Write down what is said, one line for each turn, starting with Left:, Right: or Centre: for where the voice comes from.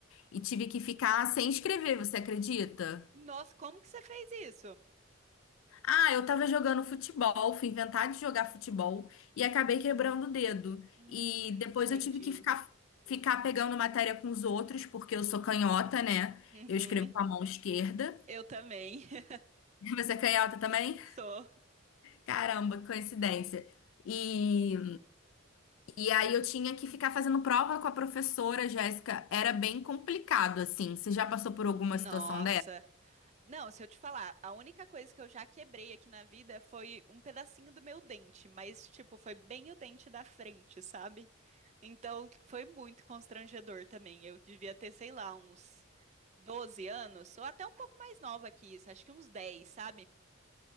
Left: e tive que ficar sem escrever, você acredita?
Right: Nossa, como que você fez isso?
Left: Ah, eu tava jogando futebol, fui inventar de jogar futebol e acabei quebrando o dedo.
Right: Hum,
Left: E
Right: entendi.
Left: depois eu tive que ficar, ficar pegando matéria com os outros, porque eu sou canhota, né?
Right: Uhum,
Left: Eu escrevo com a mão esquerda.
Right: eu também. <laughs>
Left: <laughs> Você é canhota também?
Right: Sou.
Left: Caramba, que coincidência. E, e aí eu tinha que ficar fazendo prova com a professora, Jéssica. Era bem complicado, assim. Você já passou por alguma
Right: Nossa.
Left: situação
Right: Não, se eu te falar, a única coisa que eu já quebrei aqui na vida foi um pedacinho do meu dente, mas, tipo, foi bem o dente da frente, sabe? Então, foi muito constrangedor também. Eu devia ter, sei lá, uns 12 anos, ou até um pouco mais nova que isso, acho que uns 10, sabe?